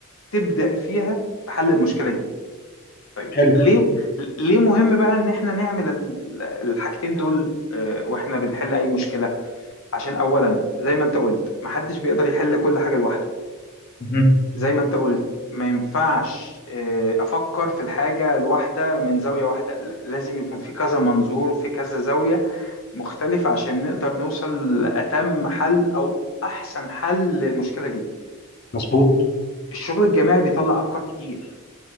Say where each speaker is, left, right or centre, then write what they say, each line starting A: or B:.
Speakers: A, on the left; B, on the left.
A: تبدع فيها في حل المشكلة دي طيب
B: حلو
A: ليه ليه مهم بقى إن إحنا نعمل ال- الحاجتين دول آه، وإحنا بنحل أي مشكلة عشان أولا زي ما أنت قلت محدش بيقدر يحل كل حاجة لوحده
B: مهم.
A: زي ما أنت قلت ما ينفعش آه، أفكر في الحاجة الواحدة من زاوية واحدة لا، لازم يكون في كذا منظور في كذا زاوية مختلفة عشان نقدر نوصل لأتم حل أو أحسن حل للمشكلة دي
B: مظبوط
A: الشغل الجماعي بيطلع أفكار كتير